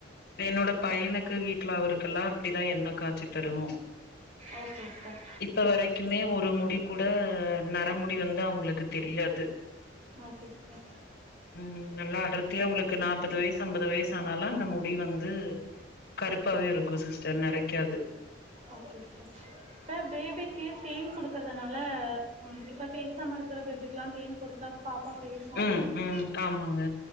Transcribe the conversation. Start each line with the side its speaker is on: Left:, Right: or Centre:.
Left: என்னோட பையனுக்கு வீட்ல அவுருக்குல்லா அப்டிதா எண்ண காட்சி தருவோ
Right: ஓகே சிஸ்டர்
Left: இப்போ வரைக்குமே ஒரு முடிகூட நர முடி வந்து அவுங்களுக்கு தெரியாது
Right: ஓகே சார்
Left: ம் நல்லா அடர்த்தியா உங்களுக்கு நாப்பது வய்சு அம்பது வய்சு ஆனாலு அந்த முடி வந்து கருப்பாவே இருக்கு சிஸ்டர் நெறைக்காது
Right: ஓகே சிஸ்டர் ச பேபிக்கு தேன் குடுக்கறதுனால ம் இப்ப பேசாம இருக்கிற பேபிக்குல்லா தேன் கொடுத்தா பாப்பா பேசு அப்டின்
Left: ம்
Right: சொல்றாங்கள
Left: ம் ஆமாங்க